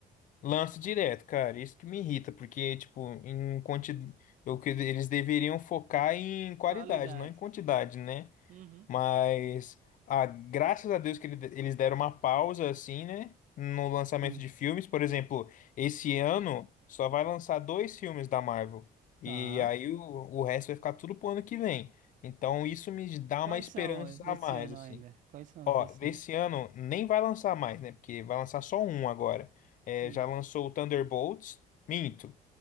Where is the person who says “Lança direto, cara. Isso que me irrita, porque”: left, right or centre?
Left